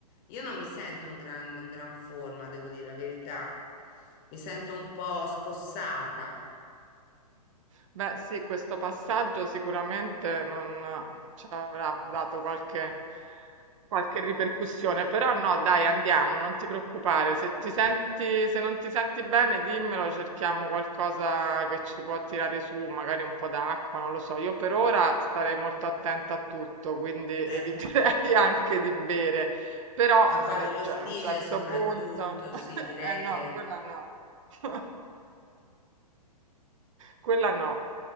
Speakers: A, on the left; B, on the right.
A: Io non mi sento in gran, in gran forma, devo dire la verità. Mi sento un po' spossata.
B: Beh, sì, questo passaggio sicuramente non ci avrà dato qualche, qualche ripercussione, però no, dai, andiamo, non ti preoccupare. Se ti senti, se non ti senti bene, dimmelo, cerchiamo qualcosa che ci può tirare su, magari un po' d'acqua, non lo so. Io per ora starei molto attenta a tutto, quindi eviterei
A: eh.
B: <laughs> anche di bere. Però,
A: L'acqua
B: se,
A: dello
B: cioè,
A: Stige
B: a un certo
A: soprattutto,
B: punto,
A: sì,
B: <laughs>
A: direi
B: eh no,
A: che
B: quella no. <laughs> Quella no.